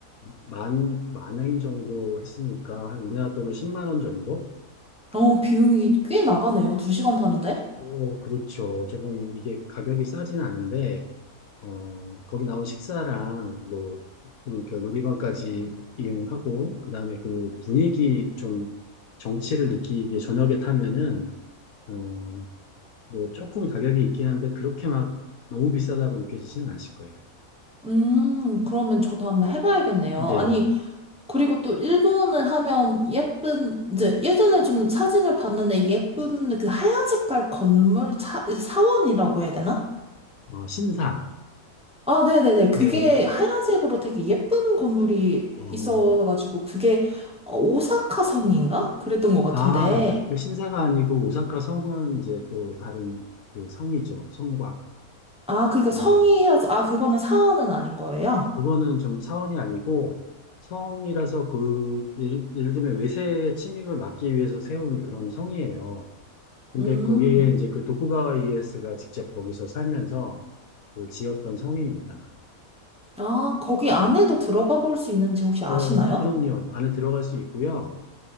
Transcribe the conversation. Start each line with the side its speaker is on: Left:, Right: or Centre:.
Left: 만, 만행 정도 했으니까 한 우리나라 돈으로 10만 원 정도?
Centre: 어, 비용이 꽤 나가네요. 두시간 타는데?
Left: 오, 그렇죠. 조금 이게 가격이 싸진 않은데, 어, 거기 나온 식사랑 뭐, 또 이렇게 놀이방까지 이용하고, 그 다음에 그 분위기 좀 정취를 느끼기에 저녁에 타면은, 어, 뭐 조금 가격이 있긴 한데, 그렇게 막 너무 비싸다고 느껴지지는 않으실 거예요.
Centre: 음, 그러면 저도 한번 해봐야겠네요.
Left: 근데,
Centre: 아니, 그리고 또 일본을 하면 예쁜, 이제 예전에 좀 사진을 봤는데 예쁜 그 하얀 색깔 건물 사, 사원이라고 해야 되나?
Left: 어, 신사,
Centre: 아, 네네네. 그게
Left: 예,
Centre: 하얀색으로 되게 예쁜 건물이
Left: 어,
Centre: 있어가지고 그게 어, 오사카 성인가? 그랬던 것 같은데.
Left: 아, 그 신사가 아니고 오사카 성은 이제 또 다른 그 성이죠. 성곽.
Centre: 아, 그러니까 성이라서,
Left: 어,
Centre: 아, 그거는 사원은 아닌 거예요?
Left: 그거는 좀 사원이 아니고 성이라서 그 예를, 예를 들면 외세의 침입을 막기 위해서 세운 그런 성이에요. 근데
Centre: 음,
Left: 거기에 이제 그 도쿠가와 이에스가 직접 거기서 살면서 그 지었던 성입니다.
Centre: 아, 거기
Left: 네.
Centre: 안에도 들어가 볼 수 있는지 혹시 아시나요?
Left: 어, 그럼요. 안에 들어갈 수 있고요.